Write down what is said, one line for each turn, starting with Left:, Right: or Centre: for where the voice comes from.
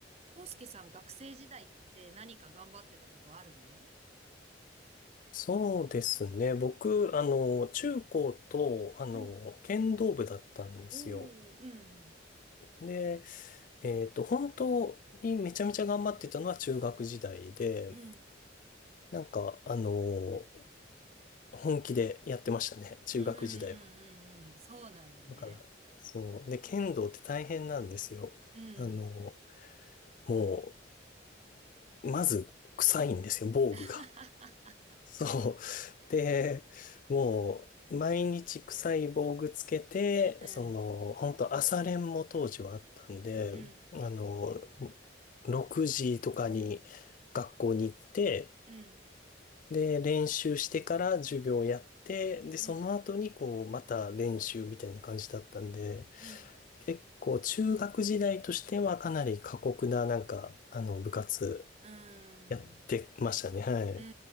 Right: コウスケさん、学生時代って何か頑張ってたことあるの
Left: そうですね。僕、あの、中高と、あの、
Right: うん。
Left: 剣道部だったんですよ。
Right: おー、うん、
Left: で、えっと、本当にめちゃめちゃ頑張ってたのは中学時代で、
Right: うん、
Left: なんか、あの、本気でやってましたね。中学時代は。
Right: うん、うん、うん、うんそうなんだね。
Left: だから、そう。で、剣道って大変なんですよ。
Right: うん。
Left: あの、もう、まず、臭いんですよ、防具が。
Right: <laughs>
Left: そう。で、もう、毎日臭い防具つけて、
Right: うん、
Left: その、本当朝練も当時はあったんで、
Right: うん、
Left: あの、6時とかに学校に行って、
Right: うん、
Left: で、練習してから授業やって、で、
Right: うん、
Left: その後にこう、また練習みたいな感じだったんで、
Right: うん、
Left: 結構中学時代としてはかなり過酷ななんか、あの、部活
Right: うーん、
Left: やってましたね。はい。
Right: うん、